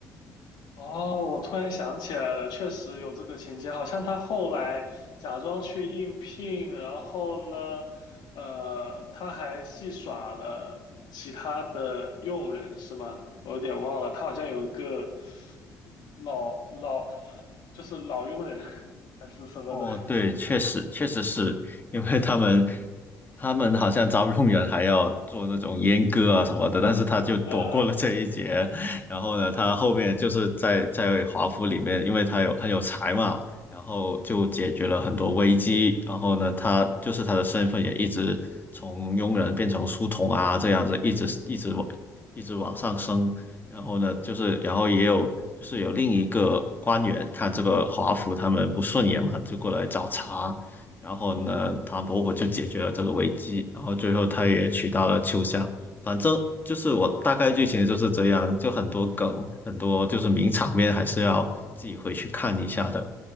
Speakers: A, on the left (about 65°); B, on the left (about 25°).
A: 哦，我突然想起来了，确实有这个情节，好像他后来假装去应聘，然后呢，呃，他还戏耍了其他的佣人，是吗？我有点忘了，他好像有一个老老，就是老佣人 <laughs> 还是什么的，
B: 哦，对，确实确实是因为他们他们好像招佣人还要做那种阉割啊什么的，但是他就躲过了这一劫。
A: 呃，
B: 然后呢，他后面就是在在华府里面，因为他有很有才嘛，然后就解决了很多危机。然后呢，他就是他的身份也一直从佣人变成书童啊，这样子一直一直往一直往上升。然后呢，就是然后也有就是有另一个官员看这个华府他们不顺眼嘛，就过来找茬。然后呢，
A: 嗯。
B: 唐伯虎就解决了这个危机，然后最后他也娶到了秋香。反正就是我大概剧情就是这样，就很多梗，很多就是名场面还是要自己回去看一下的。